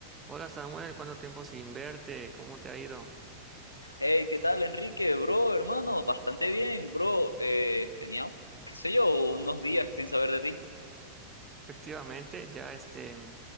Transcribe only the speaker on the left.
Hey, ¿qué tal, Enrique? Bro, hermano, bastante bien, bro. Eh, tenía, qué sé yo, unos días sin saber de ti.